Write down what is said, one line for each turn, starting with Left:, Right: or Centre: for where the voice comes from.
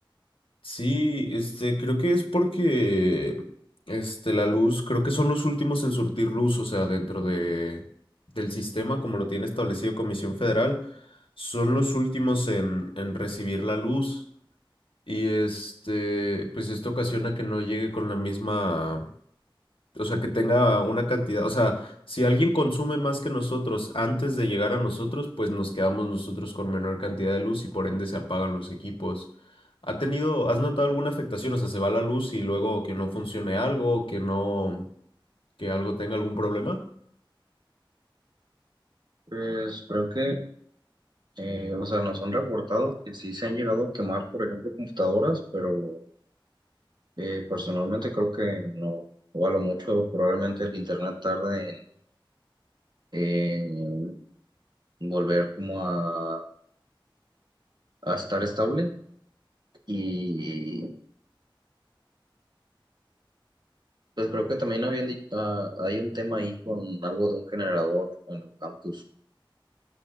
Left: Sí, este, creo que es porque, este, la luz, creo que son los últimos en surtir luz, o sea, dentro de, del sistema, como lo tiene establecido Comisión Federal, son los últimos en, en recibir la luz. Y este, pues esto ocasiona que no llegue con la misma, o sea, que tenga una cantidad, o sea, si alguien consume más que nosotros antes de llegar a nosotros, pues nos quedamos nosotros con menor cantidad de luz y por ende se apagan los equipos. ¿Ha tenido, has notado alguna afectación? O sea, se va la luz y luego que no funcione algo, que no, que algo tenga algún problema.
Right: Pues creo que, eh, o sea, nos han reportado que sí se han llegado a quemar, por ejemplo, computadoras, pero eh, personalmente creo que no, o a lo mucho probablemente el internet tarde en, en volver como a, a estar estable y Pues creo que también habían dicho, hay un tema ahí con algo de un generador en el campus.